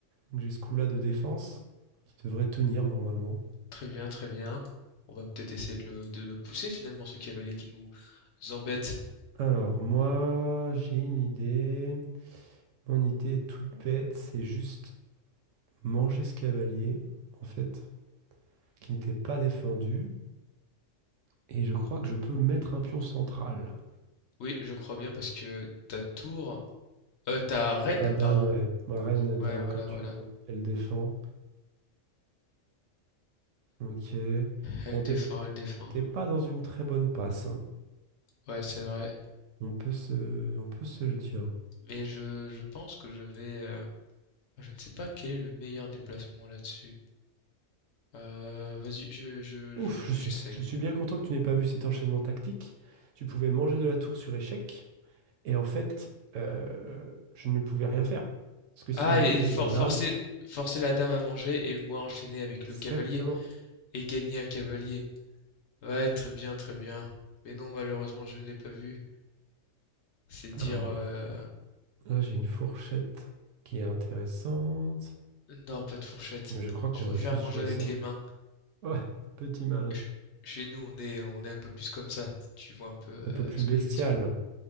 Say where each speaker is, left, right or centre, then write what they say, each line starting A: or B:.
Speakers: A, on the right; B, on the left.
A: Donc, j'ai ce coup-là de défense qui devrait tenir normalement.
B: Très bien, très bien. On va peut-être essayer de le, de le pousser finalement, ce cavalier qui nous embête.
A: Alors, moi, j'ai une idée. Mon idée est toute bête, c'est juste manger ce cavalier, en fait, qui n'était pas défendu. Et je crois que je peux mettre un pion central.
B: Oui, je crois bien parce que ta tour, euh, ta reine,
A: Ma dame,
B: pardon.
A: ouais. Ma reine, dame,
B: Ouais, voilà,
A: comme tu
B: voilà.
A: veux. Elle défend. Ok.
B: Elle
A: Bon,
B: défend,
A: t'es
B: elle défend.
A: t'es pas dans une très bonne passe, hein.
B: Ouais, c'est vrai.
A: On peut se, on peut se le dire.
B: Mais je, je pense que je vais. euh, je ne sais pas quel est le meilleur déplacement là-dessus. Euh, vas-y, je, je,
A: Ouf,
B: je-
A: je suis,
B: j'essaye.
A: je suis bien content que tu n'aies pas vu cet enchaînement tactique. Tu pouvais manger de la tour sur échec. Et en fait, euh, je ne pouvais rien faire. Parce que si
B: Ah,
A: je mangeais
B: et for-
A: de la dame,
B: forcer, forcer la dame à manger et moi enchaîner avec
A: exactement.
B: le cavalier et gagner un cavalier. Ouais, très bien, très bien. Mais non, malheureusement, je ne l'ai pas vu. C'est dire...
A: Alors
B: euh,
A: là, j'ai une fourchette qui est intéressante.
B: Non, pas de fourchette.
A: Mais je crois qu'on
B: Je préfère
A: va juste
B: manger
A: jouer
B: avec
A: ça.
B: les mains.
A: Ouais, petit malin.
B: Ch- Chez nous, on est, on est un peu plus comme ça. si Tu vois un peu euh,
A: Un peu plus
B: ce
A: bestial.
B: que je veux dire.